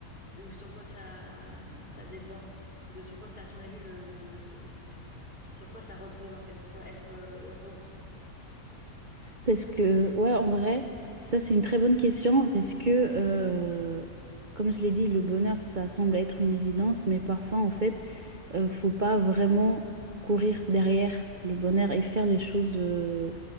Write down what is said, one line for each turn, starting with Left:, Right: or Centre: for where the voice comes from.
Left: Ou sur quoi ça, ça dépend? De sur quoi ça, à ton avis, le, le- sur quoi ça repose en fait pour toi, être euh, heureux?
Right: Parce que, ouais, en vrai, ça c'est une très bonne question parce que, euh, comme je l'ai dit, le bonheur, ça semble être une évidence, mais parfois, en fait, euh, faut pas vraiment courir derrière le bonheur et faire les choses. euh,